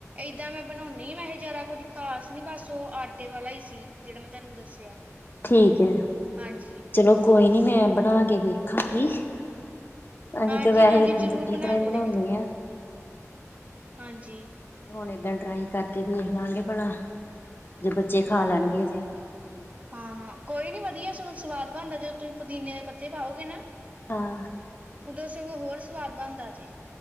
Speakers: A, on the right (about 25°); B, on the left (about 40°).
A: ਏਦਾਂ ਮੈਂ ਬਨੋਨੀ ਹੀ, ਵੈਸੇ ਜ਼ਿਆਦਾ ਕੁੱਝ ਖਾਸ ਨੀ ਬਸ ਉਹ ਆਟੇ ਵਾਲਾ ਈ ਸੀ ਜਿਹੜਾ ਮੈਂ ਤੁਹਾਨੂੰ ਦੱਸਿਆ
B: ਠੀਕ ਹੈ
A: ਹਾਂਜੀ
B: ਚਲੋ ਕੋਈ ਨੀ ਮੈਂ ਬਣਾ ਕੇ ਵੇਖਾਂਗੀ ਅਸੀਂ
A: ਹਾਂਜੀ
B: ਤਾਂ ਵੈਹੇ
A: ਹਾਂਜੀ
B: ਦੂਜੀ
A: ਜ਼ਰੂਰ ਬਣਾ
B: ਤਰ੍ਹਾਂ
A: ਕੇ
B: ਈ ਬਨੋਨੇ
A: ਵੇਖਿਓ
B: ਆਂ
A: ਹਾਂਜੀ
B: ਹੁਣ ਏਦਾਂ ਟਰਾਈ ਕਰਕੇ ਵੇਖ ਲਾਂਗੇ, ਭਲਾ, ਜੇ ਬੱਚੇ ਖਾ ਲੈਣਗੇ ਜੇ
A: ਹਾਂ ਹਾਂ ਕੋਈ ਨੀ ਵਧੀਆ, ਸਗੋਂ ਸਵਾਦ ਬਨਦਾ ਜਦੋਂ ਤੁਸੀਂ ਪੁਦੀਨੇ ਦੇ ਪੱਤੇ ਪਾਓਗੇ ਨਾ
B: ਹਾਂ,
A: ਉਦੋਂ ਸਗੋ ਹੋਰ ਸਵਾਦ ਬਨਦਾ ਜੇ,